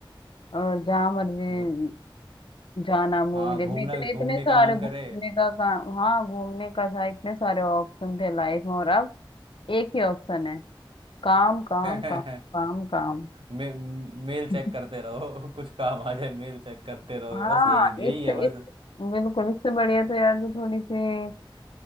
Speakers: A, on the left; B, on the right.
A: और जहाँ मर्जी
B: यो-
A: जाना मूवी
B: हाँ
A: देखने
B: घूमना
A: इतने
B: घूमने
A: इतने सारे
B: का मन
A: घूमने
B: करे
A: का काम हाँ घूमने का था इतने सारे ऑप्शन थे लाइफ में और अब एक ही ऑप्शन है काम काम
B: <laughs>
A: काम काम काम
B: मे, मेल चेक
A: <laughs>
B: करते रहो <laughs> कुछ काम आ जाए मेल चेक करते रहो
A: हाँ
B: बस यही यही
A: इस
B: है बस
A: इस बिल्कुल इससे बढ़िया तो यार जो थोड़ी सी अ,